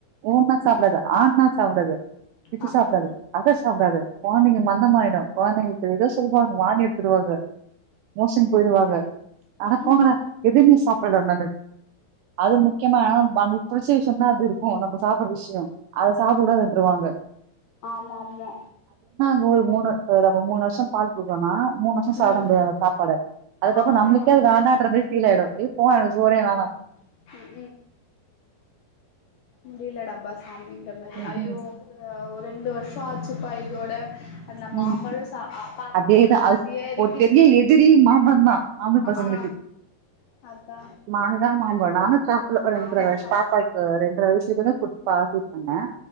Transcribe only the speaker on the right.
ஏ உன்னா சாப்புடாத ஆன்னா சாப்புடாத பிச்சு
சாப்பிடாத அத சாப்பிடாத கொழந்தைங்க மந்தமாயிடு கொழந்தைங்க இப்டிதா சொல்லுவாங்க <unintelligible> போவாங்க மோசன் போயிடுவாங்க ஆனா
போங்கடா எதிர் ன்னு சாப்பிடல நானு அது முக்கியமா <unintelligible> புடிச்ச விஷயம்னா அது இரு அஹ் நம்ம சாப்படுற விஷயோ அத சாப்டகூடாதுன்றுருவாங்க
<unintelligible> <unintelligible> மூணு வருஷ பால் குடுக்கலனா மூணு வருஷம் சாப்ட
முடியாதா அந்த சாப்பாட அதுக்கப்பறம்
நம்மளுக்கே அது வேண்டான்ற மாரி பீல் ஆயிடு ஏ போ எனக் சோறே வேணா
ம்
ம்
உம்
அதேதா
அ
ஒரு பெரிய எதிரி மாம்பழம் தா ஆம்ப பசங்களுக்கு
மாங்க மா வரனாக் சாப்பல ஒரு ரெண்டரை
வருஷ பாப்பாவுக்கு ரெண்டரை வயசக்கு தா குடுத்துபாக்கி பண்ணேன்